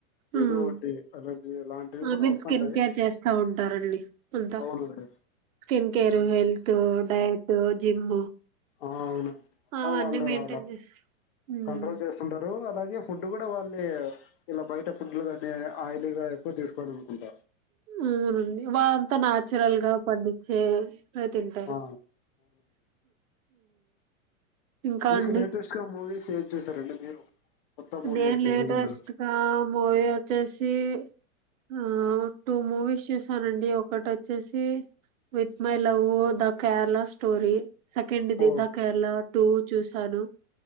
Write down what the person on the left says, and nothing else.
ఏదో ఒటి అలర్జీ అలాంటివి
కూడా
వస్తాన్
అవునండి
ఆ అవును
అ వాళ్ల
వాళ్ళ
కంట్రోల్ చేస్తుంటారు ఆ అలాగే ఫుడ్ కూడా వాళ్ళు ఇలా బయట ఫుడ్లు కాని ఆయిలీగా ఎక్కువ తీసుకోని అనుకుంట
ఆ
ఇక
లేటెస్ట్ గా మూవీస్ ఏం చేశారండీ మీరు కొత్త మూవీ
అంటే
ఏదన్నా
ఓ